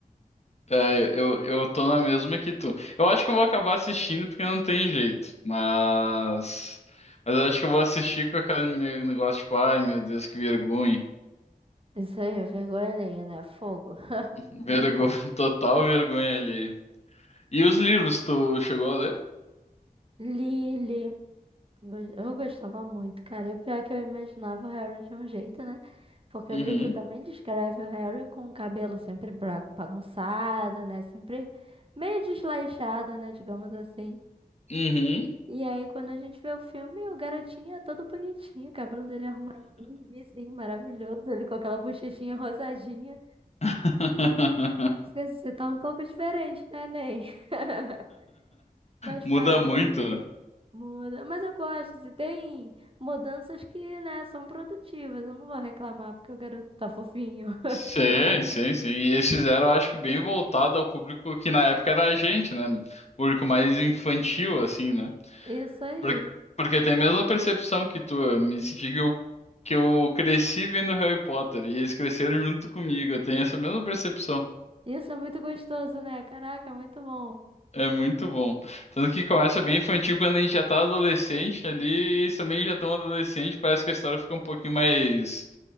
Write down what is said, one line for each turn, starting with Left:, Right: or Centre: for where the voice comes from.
Left: é, eu, eu tô na mesma que tu. Eu acho que eu vou acabar assistindo porque não tem jeito. Mas. Mas eu acho que eu vou assistir com aquele meu negócio, tipo, ai meu Deus, que vergonha.
Right: Isso aí é vergonha alheia, né? Fogo. <laughs>
Left: Vergonha, <laughs> total vergonha ali. E os livros, tu chegou a ler?
Right: Lily. Go- Eu gostava muito, cara. E o pior é que eu imaginava o Harry de um jeito, né? Porque
Left: Uhum.
Right: o livro também descreve o Harry com o cabelo sempre bra- bagunçado, né? Sempre meio desleixado, né? Digamos assim.
Left: Uhum.
Right: E aí, quando a gente vê o filme, o garotinho é todo bonitinho, o cabelo dele é arrumadinho, lisinho, maravilhoso, ele com aquela bochechinha rosadinha.
Left: <laughs>
Right: Você você tá um pouco diferente, né, Ney? <laughs> Mas
Left: Muda
Right: pá.
Left: muito, né?
Right: Muda, mas eu gosto, se tem mudanças que, né, são produtivas. Eu não vou reclamar porque o garoto tá fofinho. <laughs>
Left: Sim, sim, sim. E eles fizeram, acho que bem voltado ao público que na época era a gente, né? Público mais infantil, assim, né?
Right: Isso aí.
Left: Porque, porque tem a mesma percepção que tu. Eu me senti que eu, que eu cresci vendo Harry Potter e eles cresceram junto comigo. Eu tenho essa mesma percepção.
Right: Isso é muito gostoso, né? Caraca, muito bom.
Left: É muito bom. Tanto que começa bem infantil quando a gente já tá adolescente ali, eles também já estão adolescente, parece que a história fica um pouquinho mais.